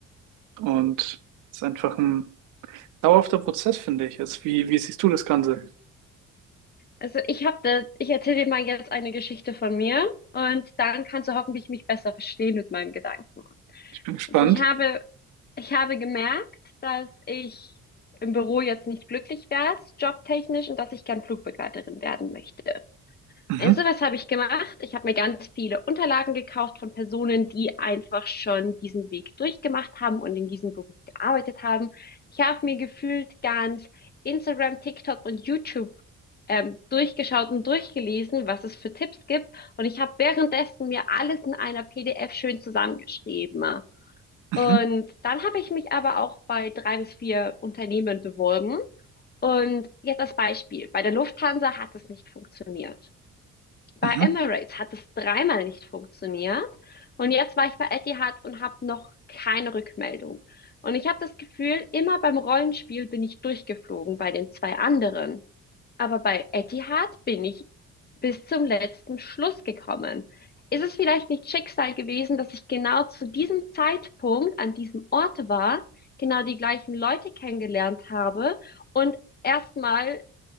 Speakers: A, on the right; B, on the left.
A: Und es ist einfach ein dauerhafter Prozess, finde ich. Also wie, wie siehst du das Ganze?
B: Also ich habe da, ich erzähle dir mal jetzt eine Geschichte von mir und dann kannst du hoffentlich mich besser verstehen mit meinen Gedanken.
A: Ich bin gespannt.
B: Also ich habe, ich habe gemerkt, dass ich im Büro jetzt nicht glücklich wäre, jobtechnisch, und dass ich gern Flugbegleiterin werden möchte.
A: Mhm.
B: Also was habe ich gemacht? Ich habe mir ganz viele Unterlagen gekauft von Personen, die einfach schon diesen Weg durchgemacht haben und in diesem Beruf gearbeitet haben. Ich habe mir gefühlt ganz Instagram, TikTok und YouTube ähm, durchgeschaut und durchgelesen, was es für Tipps gibt. Und ich habe währenddessen mir alles in einer PDF schön zusammengeschrieben.
A: Mhm.
B: Und dann habe ich mich aber auch bei drei bis vier Unternehmen beworben. Und jetzt als Beispiel. Bei der Lufthansa hat es nicht funktioniert. Bei
A: Mhm.
B: Emirates hat es dreimal nicht funktioniert. Und jetzt war ich bei Etihad und habe noch keine Rückmeldung. Und ich habe das Gefühl, immer beim Rollenspiel bin ich durchgeflogen bei den zwei anderen. Aber bei Etihad bin ich bis zum letzten Schluss gekommen. Ist es vielleicht nicht Schicksal gewesen, dass ich genau zu diesem Zeitpunkt an diesem Ort war, genau die gleichen Leute kennengelernt habe und erstmal